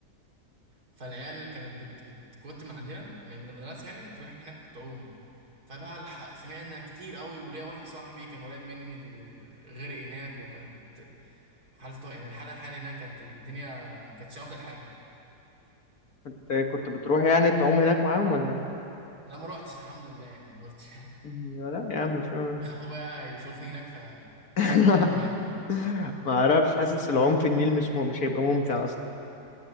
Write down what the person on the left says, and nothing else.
كنت كنت بتروح يعني تعوم هناك معاهم ولا ايه
ايوه، لا يا عم في
<laughs>
ما اعرفش حاسس العوم في النيل مش مو... مش هيبقى ممتع اصلا